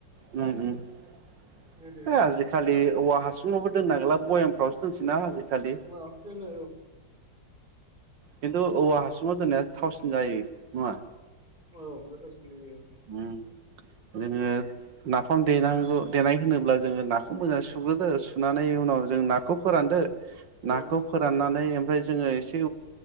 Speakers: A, on the right; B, on the right.
A: उम उम
B: गोदो
A: आजिखालि औवा हासुङावबो दोननांला बयाम यावसो दोनसै ना‌ आजिखालि
B: माबासो दोनो
A: खिन्थु औवा हासुङाव दोननाय थावसिन जायो नङा
B: औ गोथावसिन जायो।
A: उम जोङो नाफाम देनांगौ देनाय होनोब्ला जोङो नाखौ मोजां सुग्रोदो सुनानै उनाव जों
B: औ
A: नाखौ फोरानदो
B: एसे
A: नाखौ फोराननानै ओमफ्राय जोङो एसे